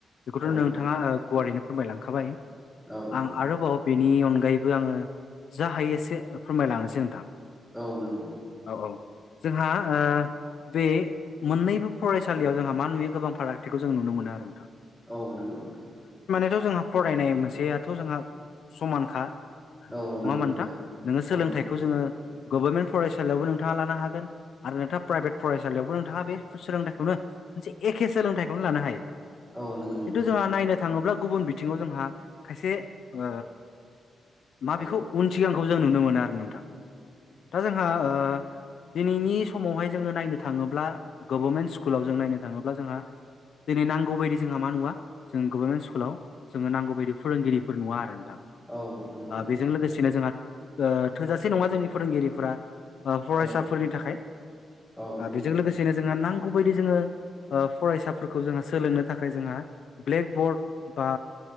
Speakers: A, on the left; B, in the centre.
A: बेखौथ'
B: औ
A: नोंथांङा ओ गुवारैनो फोरमायलांखाबाय
B: औ नंगौ
A: आं
B: नोंथां
A: आरोबाव बेनि अनगायैबो आंङो जा हायो एसे फोरमायलांनोसै नोंथां।
B: औ नों
A: औ औ जोंहा ओ बे मोननैबो फरायसालियाव जोंहा मा नुयो गोबां फारागथिखौ जों नुनो मोनो आरो नोंथां।
B: औ नंगौ नोंथां।
A: थ' जोंहा फरायनाय मोनसेयाथ' जोंहा समानखा नंङा
B: औ नंगौ
A: होनबा नोंथां नोंङो सोलोंथाइखौ
B: औ नंगौ
A: जोंङो गभर्नमेन्ट फरायसालियावबो नोंथांङा लानो हागोन आरो नोंथाङा प्राइभेट फरायसालियावबो नोंथांङा बे सोलोंथाइखौनो मोनसे एखे सोलोंथाइखौनो लानो हायो।
B: औ नंगौ नोंथां
A: खिन्थु जोंहा नायनो थांङोब्ला गुबुन बिथिङाव जोंहा खायसे ओ माबेखौ
B: औ
A: उन सिगांखौ जों नुनो मोनो आरो नोंथां दा जोंहा ओ दिनैनि समावहाय जोङो नायनो थाङोब्ला गभारनमेन्ट स्कुलाव जों नायनो थांङोब्ला जोंहा दिनै नांगौ बायदि जोंहा मा नुवा जों गभर्मेन्ट स्कुलाव जोङो नांगौ बायदि फोरोंगिरिफोर नुवा आरो।
B: औ नोंगौ
A: ओ
B: नोंथां।
A: बेजों लोगोसेनो ओ थोजासे नंङा जोंनि फोरोंगिरिफोरा ओ फरायसाफोरनि
B: औ
A: थाखाय
B: औ
A: ओ
B: नंगौ
A: बेजों
B: नंगौ
A: लोगोसेनो जोङो नांगौ बदि जोङो ओ फरायसाफोरखौ जोङो सोलोंनो थाखाय जोंहा ब्लेकबर्ड बा